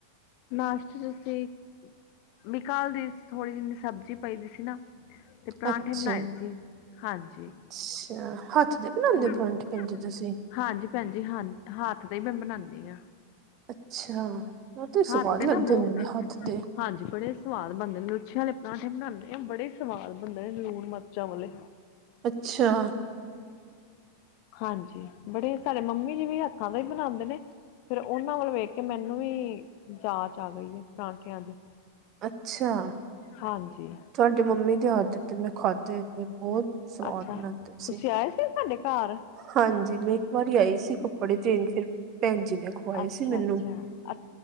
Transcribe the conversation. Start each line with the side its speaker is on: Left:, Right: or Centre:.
Left: ਨਾਸ਼ਤੇ ਸੀ ਬਕਾਲ ਦੀ ਥੋੜੀ ਜਿਨੀ ਸਬਜ਼ੀ ਪਈ ਦੀ ਸੀ ਨਾ ਪਰਾਂਠੇ
Right: ਅੱਛਾ
Left: ਬਣਾਏ ਸੀ ਹਾਂਜੀ
Right: ਅੱਛਾ ਹੱਥ ਦੇ ਬਣਾਉਂਦੇ
Left: ਹੁਣ
Right: ਹੋ ਪਰੌਠੇ ਭੈਣ ਜੀ ਤੁਸੀਂ
Left: ਹਾਂਜੀ ਭੈਣਜੀ ਹਾਂ ਹੱਥ ਦਾ ਹੀ ਮੈਂ ਬਨਾਉਦੀ ਹਾਂ
Right: ਅੱਛਾ ਉਹ ਤੇ
Left: ਹੱਥ
Right: ਸਵਾਦ ਲੱਗਦੇ
Left: ਨਾ ਬਹੁ
Right: ਹੁੰਦੇ ਹੱਥ ਦੇ
Left: ਹਾਂਜੀ ਬੜੇ ਸਵਾਦ ਬਣਦੇ ਨੇ ਲਛੇ ਵਾਲੇ ਪਰਾਂਠੇ ਬਣਾਉਦੇ ਆ ਬੜੇ ਸਵਾਦ ਬਣਦੇ ਨੇ ਲੂਣ ਮਰਚਾਂ ਵਾਲੇ
Right: ਅੱਛਾ
Left: ਹਾਂਜੀ ਬੜੇ ਸਾਡੇ ਮੰਮੀ ਜੀ ਵੀ ਹੱਥਾਂ ਦਾ ਹੀ ਬਣਾਉਂਦੇ ਨੇ ਫੇਰ ਉਹਨਾਂ ਵੱਲ ਵੇਖ ਕੇ ਮੈਨੂੰ ਵੀ ਜਾਂਚ ਆ ਗਈ ਹੈ ਪਰਾਂਠਿਆਂ ਦੀ
Right: ਅੱਛਾ
Left: ਹਾਂਜੀ
Right: ਤੁਹਾਡੇ ਮੰਮੀ ਦੇ ਹੱਥ ਦੇ ਤੇ ਮੈਂ ਖਾਦੇ ਤੇ ਬਹੁਤ ਸਵਾਦ
Left: ਅੱਛਾ
Right: ਬਣਾਉਦੇ
Left: ਤੁਸੀਂ
Right: ਸੀ।
Left: ਆਏ ਸਾਡੇ ਘਰ
Right: ਹਾਂਜੀ ਮੈਂ ਇੱਕ ਵਾਰੀ ਆਈ ਸੀ ਕੱਪੜੇ ਦੇਨ ਫਿਰ ਭੈਣ ਜੀ ਨੇ ਖਵਾਏ
Left: ਅੱਛਾ
Right: ਸੀ ਮੈਨੂੰ
Left: ਅੱਛਾ ਅ